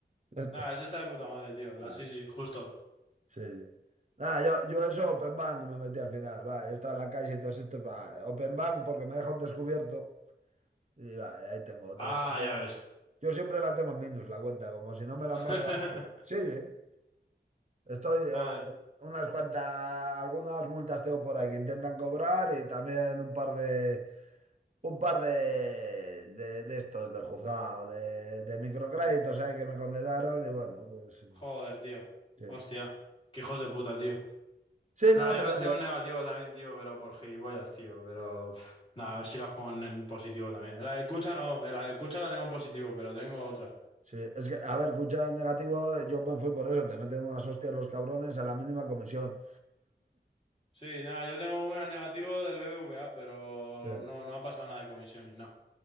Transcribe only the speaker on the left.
Nada, ese
está de puta madre, tío. La,
sí, sí, justo.
Ah,
ya ves.
<laughs>
Joder,
joder, tío.
Hostia. Qué hijos de puta, tío.
Nada,
yo
las tengo
en negativo también, tío, pero por gilipollas, tío. Pero pf, nada, a ver si las pongo en positivo también. La del Cucha no, eh, la del Cucha la tengo en positivo, pero tengo otra.
Sí, nada, yo tengo una en negativo del BBVA, pero
no, no ha pasado nada de comisión ni nada.